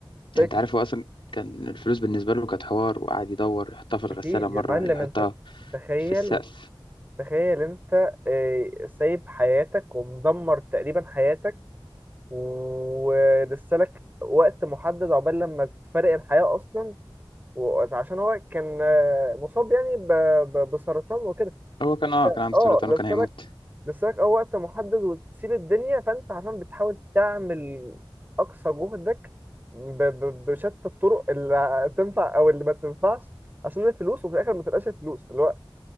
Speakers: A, on the right; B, on the left.
A: فاكر
B: يعني انت عارف هو اصلا كان الفلوس بالنسبه له كانت حوار وقعد يدور يحطها في الغساله
A: اكيد
B: مره
A: يا معلم
B: يحطها
A: انت تخيل
B: في السقف
A: تخيل انت آه، سايب حياتك ومدمر تقريبا حياتك ولسه لك وقت محدد عقبال لما تفارق الحياة اصلا وعشان هو كان آه، مصاب يعني ب... ب... بسرطان وكده
B: هو كان اه كان عنده
A: اه
B: سرطان
A: لسه
B: وكان هيموت
A: لك اه وقت محدد وتسيب الدنيا فانت عشان بتحاول تعمل اقصى جهدك ب... ب... بشتى الطرق اللي تنفع او اللي ما تنفعش عشان الفلوس وفي الاخر ما تلقاش الفلوس اللي هو